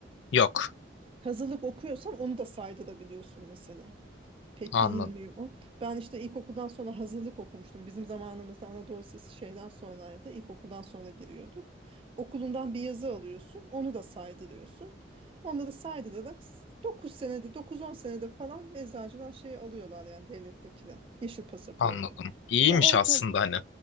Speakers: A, on the left (about 75°); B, on the right (about 30°).
A: Yok.
B: Hazırlık okuyorsan onu da saydırabiliyorsun mesela. Pek
A: Anladım.
B: bilinmiyor o. Ben işte ilkokuldan sonra hazırlık okumuştum. Bizim zamanımızda Anadolu Lisesi şeyden sonraydı. İlkokuldan sonra giriyorduk. Okulundan bir yazı alıyorsun. Onu da saydırıyorsun. Onları saydırarak 9 senede, dokuz on senede falan eczacıdan şey alıyorlar yani devlettekiler. Yeşil pasaportu.
A: Anladım. İyiymiş
B: Ya orta,
A: aslında hani.